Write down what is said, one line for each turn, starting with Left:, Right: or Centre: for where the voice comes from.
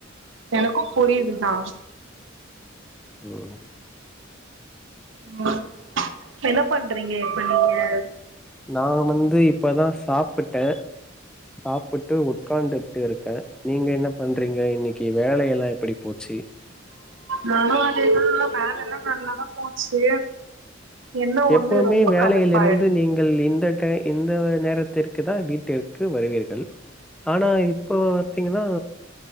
Right: எனக்கும் புரியுதுதான்
Centre: ம்
Right: உம் என்ன பண்றீங்க இப்ப நீங்க
Centre: நா வந்து இப்பதா சாப்பிட்டே சாப்புட்டு உட்காந்துட்டுருக்கே நீங்க என்ன பண்றீங்க இன்னைக்கு வேல எல்லா எப்படி போச்சு
Right: நானும் அதேதா ஆனா வேல எல்லாம் நல்லாதான் போச்சு என்ன ஒண்ணு
Centre: எப்பவுமே
Right: ரொம்ப
Centre: வேலையிலிருந்து
Right: கலுப்பாயிடுது
Centre: நீங்கள் இந்த டை இந்த நேரத்திற்கு தா வீட்டிற்கு வருவீர்கள் ஆனா இப்போ பாத்தீங்கன்னா